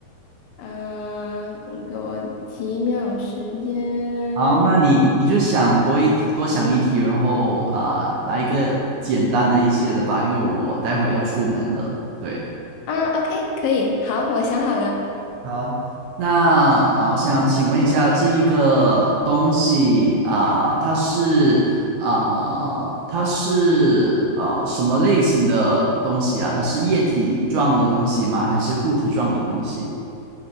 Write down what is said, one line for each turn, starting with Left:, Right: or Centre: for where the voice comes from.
Left: 嗯、我给我几秒时间
Right: 好，那你你就想多一题，多想一题，然后啊、来一个简单的一些的吧，因为我待会要出门了。对，
Left: 啊，OK，可以，好，我想好了，
Right: 好，那啊、我想请问一下，这一个东西啊、它是啊、它是呃什么类型的东西啊？它是液体状的东西吗？还是固体状的东西？